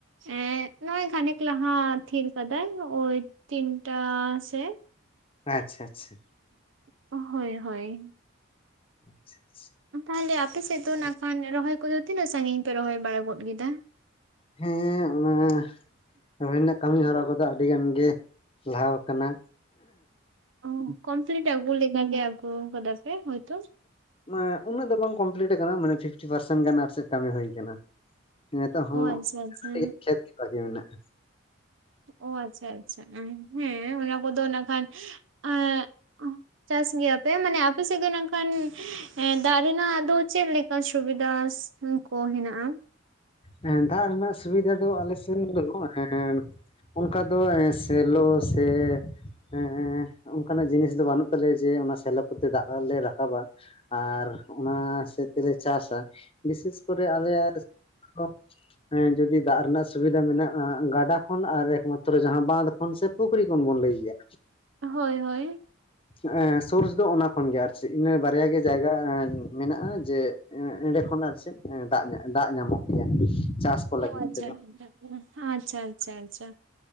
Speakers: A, on the right; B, on the left.
A: ᱮᱸᱜ ᱱᱚᱜᱼᱚᱭ ᱠᱷᱟᱱᱮᱠ ᱞᱟᱦᱟ ᱛᱷᱤᱨ ᱠᱟᱫᱟᱭ ᱳᱭ ᱛᱤᱱᱴᱟ ᱥᱮᱜ᱾
B: ᱟᱪᱪᱷᱟ ᱟᱪᱪᱷᱟ᱾
A: ᱦᱳᱭ ᱦᱳᱭ᱾
B: ᱟᱪᱪᱷᱟ᱾ ᱟᱪᱪᱷᱟ
A: ᱛᱟᱦᱚᱞᱮ ᱟᱯᱮ ᱥᱮᱫ ᱫᱚ ᱱᱟᱜ ᱠᱷᱟᱱ ᱨᱚᱦᱚᱭ ᱠᱚᱫᱚ ᱛᱤᱱᱟᱹᱜ ᱥᱟᱺᱜᱤᱧ ᱯᱮ ᱨᱚᱦᱚᱭ ᱵᱟᱲᱟ ᱜᱚᱫ ᱠᱮᱫᱟ?
B: ᱦᱮᱸ ᱚᱱᱟ ᱨᱚᱦᱚᱭ ᱱᱟᱜ ᱠᱟᱹᱢᱤ ᱦᱚᱨᱟ ᱠᱚᱫᱚ ᱟᱹᱰᱤ ᱜᱟᱱ ᱜᱮ ᱞᱟᱦᱟᱣ ᱠᱟᱱᱟ᱾
A: ᱚᱻ ᱠᱚᱢᱯᱞᱤᱴ ᱟᱹᱜᱩ ᱞᱮᱠᱟ ᱜᱮ ᱟᱹᱜᱩ ᱠᱟᱫᱟ ᱯᱮ ᱦᱳᱭᱛᱚ?
B: ᱢᱟᱱᱮ ᱩᱱᱟᱹᱜ ᱫᱚ ᱵᱟᱝ ᱠᱚᱢᱯᱞᱤᱴ ᱟᱠᱟᱱᱟ ᱢᱟᱱᱮ ᱯᱷᱤᱯᱴᱤ ᱯᱟᱨᱥᱮᱱ ᱜᱟᱱ ᱟᱨ ᱪᱮᱫ ᱠᱟᱹᱢᱤ ᱦᱩᱭ ᱠᱟᱱᱟ᱾ ᱱᱤᱛᱚᱜ ᱦᱚᱸ
A: ᱚ ᱟᱪᱪᱷᱟ ᱟᱪᱪᱷᱟ
B: <unintelligible> ᱠᱷᱮᱛ ᱜᱮ ᱵᱟᱹᱠᱤ ᱢᱮᱱᱟᱜᱼᱟ᱾
A: ᱚᱻ ᱟᱪᱪᱷᱟ ᱟᱪᱪᱷᱟ ᱚᱸ ᱦᱮᱸ ᱚᱱᱟ ᱠᱚᱫᱚ ᱱᱟᱜ ᱠᱷᱟᱱ ᱮᱸᱜ ᱪᱟᱥ ᱜᱮᱭᱟ ᱯᱮ ᱢᱟᱱᱮ ᱟᱯᱮ ᱥᱮᱫ ᱜᱮ ᱱᱝᱠᱟᱱ ᱮᱸ ᱫᱟᱜ ᱨᱮᱱᱟᱜ ᱫᱚ ᱪᱮᱫ ᱞᱮ ᱠᱟ ᱥᱩᱵᱤᱫᱷᱟᱥ ᱦᱚᱸ ᱠᱚ ᱦᱮᱱᱟᱜᱼᱟ?
B: ᱦᱮᱸ ᱫᱟᱜ ᱨᱮᱱᱟᱜ ᱥᱩᱵᱤᱫᱷᱟ ᱫᱚ ᱟᱞᱮ ᱥᱮᱱ ᱫᱚ ᱱᱚᱜ-ᱚᱭ ᱚᱱᱠᱟ ᱫᱚ ᱮᱸ ᱥᱮᱞᱚ ᱥᱮ ᱮᱸ ᱚᱱᱠᱟᱱᱟᱜ ᱡᱤᱱᱤᱥ ᱫᱚ ᱵᱟᱹᱱᱩᱜ ᱛᱟᱞᱮᱭᱟ ᱡᱮ ᱚᱱᱟ ᱥᱮᱞᱚ ᱠᱚᱛᱮ ᱫᱟᱜᱞᱮ ᱨᱟᱠᱟᱵᱟ᱾ ᱟᱨ ᱚᱱᱟ ᱥᱮᱫ ᱛᱮᱞᱮ ᱪᱟᱥᱟ ᱵᱤᱥᱮᱥ ᱠᱚᱨᱮ ᱟᱞᱮᱭᱟᱜ <inaudible> ᱦᱮᱸ ᱡᱩᱫᱤ ᱫᱟᱜ ᱨᱮᱱᱟᱜ ᱥᱩᱵᱤᱫᱷᱟ ᱢᱮᱱᱟᱜᱼᱟ ᱜᱟᱰᱟ ᱠᱷᱚᱱ ᱟᱨ ᱮᱠᱢᱟᱛᱨᱚ ᱡᱟᱦᱟᱸ ᱵᱟᱸᱷᱫᱚ ᱠᱷᱚᱱ ᱥᱮ ᱯᱩᱠᱷᱨᱤ ᱠᱷᱚᱱ ᱵᱚᱱ ᱞᱟᱹᱭ ᱜᱮᱭᱟ᱾
A: ᱦᱳᱭ ᱦᱳᱭ᱾
B: ᱦᱮᱸᱜ-ᱮᱸ ᱥᱳᱨᱥ ᱫᱚ ᱚᱱᱟ ᱠᱷᱚᱱᱜᱮ ᱟᱨ ᱪᱮᱫ ᱤᱱᱟᱹ ᱵᱟᱨᱭᱟ ᱜᱮ ᱡᱟᱭᱜᱟ ᱢᱮᱱᱟᱜᱼᱟ ᱡᱮ ᱮᱸ ᱮᱸᱰᱮ ᱠᱷᱚᱱ ᱟᱨ ᱪᱮᱫ ᱫᱟᱜ ᱮᱸ ᱫᱟᱜ ᱧᱟᱢᱚᱜ ᱜᱮᱭᱟ ᱪᱟᱥ ᱠᱚ
A: ᱳ
B: ᱞᱟᱹᱜᱤᱫ
A: ᱟᱪᱪᱷᱟ
B: ᱛᱮᱫᱚ
A: ᱟᱪᱪᱷᱟ ᱟᱪᱪᱷᱟ ᱟᱪᱪᱷᱟ,